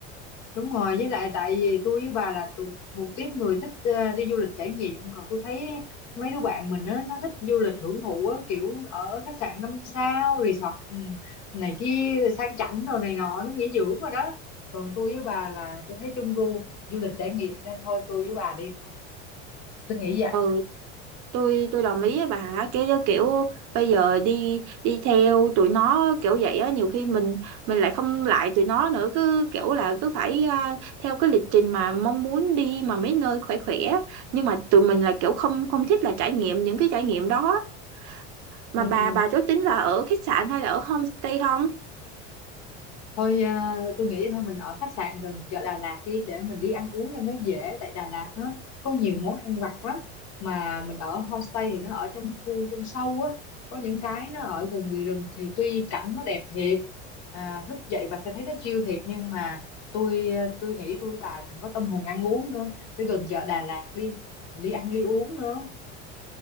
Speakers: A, on the left (about 50°); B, on the right (about 55°).
A: đúng rồi với lại tại vì tôi với bà là tụ- thuộc tiếp người thích ờ, đi du lịch trải nghiệm còn tôi thấy mấy đứa bạn mình á nó thích du lịch hưởng thụ á kiểu ở khách sạn năm sao resort ừ, này kia sang chảnh rồi này nọ nó nghỉ dưỡng rồi đó còn tôi với bà là tôi thấy chung gu du lịch trải nghiệm nên thôi tôi với bà đi thôi tôi nghĩ vậy
B: ừ tôi tôi đồng ý với bà cái kiểu bây giờ đi đi theo tụi nó kiểu vậy á nhiều khi mình mình lại không lại tụi nó nữa cứ kiểu là cứ phải à, theo cái lịch trình mà mong muốn đi mà mấy nơi khỏe khỏe nhưng mà tụi mình là kiểu không không thích là trải nghiệm những cái trải nghiệm đó mà
A: Ừ.
B: bà bà có tính là ở khách sạn hay là ở homestay không
A: thôi à, tôi nghĩ thôi mình ở khách sạn gần chợ Đà Lạt đi để mình đi ăn uống cho nó dễ tại Đà Lạt nó có nhiều món ăn vặt lắm mà mình ở homestay thì nó ở trong khu trong sâu á có những cái nó ở gần bìa rừng thì tuy cảnh nó đẹp thiệt à, thức dậy và sẽ thấy nó chill thiệt nhưng mà tôi à, tôi nghĩ tôi với bà còn có tâm hồn ăn uống nữa đi gần chợ Đà Lạt đi đi ăn đi uống nữa